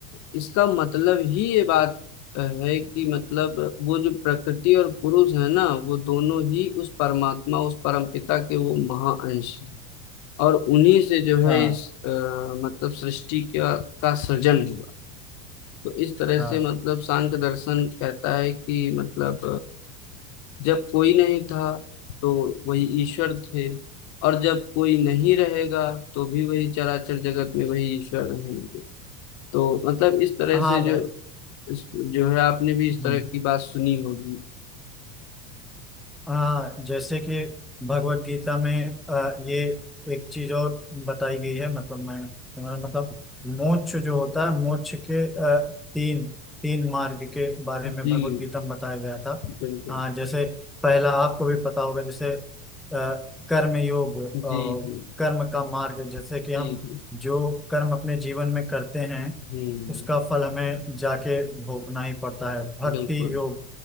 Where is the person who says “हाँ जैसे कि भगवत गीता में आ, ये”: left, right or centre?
Centre